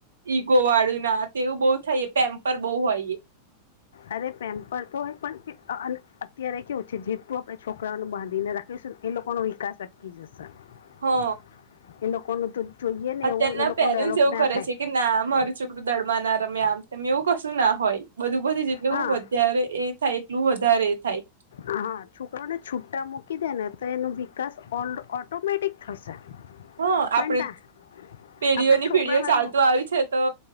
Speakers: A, on the right; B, on the left.
A: ઈગોવાળું ના તેવું બઉ થાય બહુ <unintelligible> હોયએ
B: અરે પેમ્પર તો હોય પણ અત્યારે કેવું છે જેટું આપડે છોકરાઓને બાંધીને રાખ ઈ લોકો નો વિકાસ અટકી જશે એ
A: હ
B: તો, જોઈએ ને
A: અત્યારના
B: એવું એ લોકોને
A: પેરેન્ટ્સ
B: ડેવલોપ
A: એવું
B: ના
A: કરે
B: થાય.
A: છે કે ના મારું છોકરું દડવાના રમેયા આમ તમે એવું કશું ના હોય બધું બધું. એટલું
B: હા
A: વધારે એ થાય એટલું વધારે એ થાય.
B: હા છોકરાને છુટ્ટા મૂકી દે ને તો એનો વિકાસ ઓ ઓટોમેટિક થશે.
A: હ આપડે.
B: પણ ના
A: પેઢીઓ
B: આપણે
A: ની
B: છોકરાના
A: પેઢીઓ ચાલતું
B: જો
A: આવ્યુ છે તો